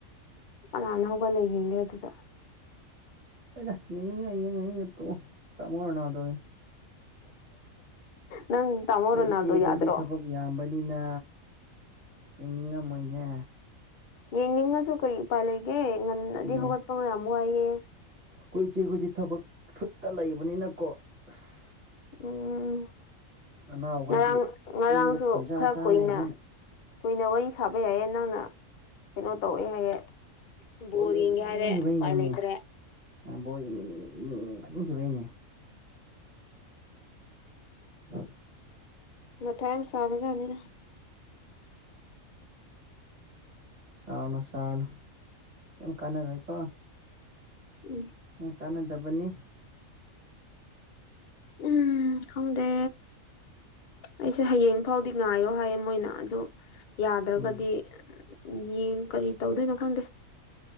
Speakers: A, on the left; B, on the right.
A: ꯀꯅꯥꯥꯟꯅ ꯍꯧꯒꯠꯂ ꯌꯦꯡꯒꯦ ꯑꯗꯨꯗ
B: ꯍꯣꯏꯗ ꯌꯦꯡꯅꯤꯡꯉꯥꯏ ꯌꯦꯡꯉꯅꯤꯅꯦ ꯇꯣꯛꯑꯣ ꯇꯥꯃꯣ ꯅꯥꯗꯣꯅꯦ
A: ꯅꯪ ꯇꯥꯃꯣ
B: ꯍꯣꯏ
A: ꯔꯣꯅꯥꯜꯗꯣ
B: ꯏꯆꯦ ꯑꯩꯈꯣꯏꯗꯤ
A: ꯌꯥꯗ꯭ꯔꯣ
B: ꯊꯕꯛ ꯌꯥꯝꯕꯅꯤꯅ ꯌꯦꯡꯅꯤꯡꯉꯝꯃꯣꯏꯅꯦ
A: ꯌꯦꯡꯅꯤꯡꯉꯁꯨ ꯀꯔꯤ ꯎꯄꯥꯏ ꯂꯩꯒꯦ ꯉꯟꯅꯗꯤ
B: ꯑꯗꯨꯅꯦ
A: ꯍꯧꯒꯠꯄ ꯃꯌꯥꯝ ꯋꯥꯏꯑꯦ
B: ꯑꯩꯈꯣꯏꯁꯦ ꯑꯩꯈꯣꯏꯗꯤ ꯊꯕꯛ ꯁꯨꯠꯇ ꯂꯩꯕꯅꯤꯅꯀꯣ ꯑꯁ
A: ꯎꯝ
B: ꯅꯅꯥꯎꯈꯣꯏꯗꯤ
A: ꯉꯔꯥꯡ ꯉꯔꯥꯡꯁꯨ
B: ꯌꯨꯝꯗ ꯐꯝꯖꯥ
A: ꯈꯔ
B: ꯆꯥ
A: ꯀꯨꯏꯅ
B: ꯂꯩꯕꯅꯤꯅ
A: ꯀꯨꯏꯅ ꯋꯥꯔꯤ ꯁꯥꯕ ꯌꯥꯏꯌꯦ ꯅꯪꯅ ꯀꯩꯅꯣ ꯇꯧꯑꯦ ꯍꯥꯏꯌꯦ ꯗ
B: ꯕꯣꯜ ꯌꯦꯡꯅꯤꯡꯃꯟꯈꯤꯕꯩꯅꯦꯃꯤ
A: ꯌꯦ ꯍꯥꯏ ꯎꯄꯥꯏ ꯂꯩ ꯂꯩꯇ꯭ꯔꯦ
B: ꯕꯣꯜ ꯌꯦꯡ ꯌꯦꯡꯅꯤꯡꯕꯟꯈꯤꯕꯒꯤꯅꯦ ꯎꯝ
A: ꯃꯊꯥꯏ ꯌꯥꯝ ꯁꯥꯕꯖꯥꯅꯤꯅ
B: ꯁꯔꯅꯣ ꯁꯥꯔꯅꯣ ꯌꯥꯝꯃ ꯀꯥꯟꯅꯒꯣꯏ ꯀꯣ
A: ꯎꯝ
B: ꯎꯪ ꯀꯥꯟꯗꯕꯅꯤ
A: ꯎꯝ ꯈꯪꯗꯦ ꯑꯩꯁꯦ ꯍꯌꯦꯡ ꯐꯥꯎꯗꯤ ꯉꯥꯏꯌꯣ ꯍꯥꯏꯌꯦ ꯃꯣꯏꯅ ꯑꯗꯨ ꯌꯥꯗ꯭ꯔꯒꯗꯤ
B: ꯎꯝ
A: ꯌꯦꯡ ꯀꯔꯤ ꯇꯧꯗꯣꯏꯅꯣ ꯈꯪꯗꯦ